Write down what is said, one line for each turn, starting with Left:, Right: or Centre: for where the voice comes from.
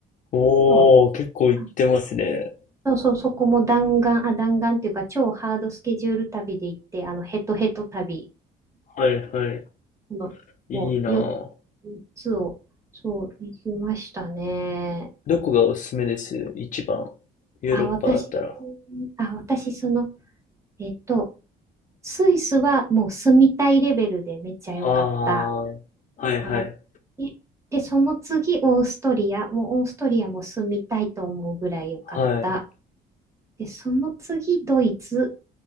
Left: おー、
Right: と、
Left: 結構行ってますね。
Right: あそうそう、そこも弾丸、あ、弾丸っていうか、超ハードスケジュール旅で行って、あの、ヘトヘト旅
Left: はいはい。
Right: の、
Left: いいなぁ。
Right: もう、4つを、そう、行きましたね。
Left: どこがおすすめです一番。ヨーロッパだったら。
Right: あ、私、あ、私、その、えっと、スイスはもう住みたいレベルでめっちゃ良かった。
Left: あー、はいはい。
Right: あ、で、で、その次、オーストリア。もうオーストリアも住みたいと思うぐらい良かった。
Left: はい。
Right: で、その次、ドイツ。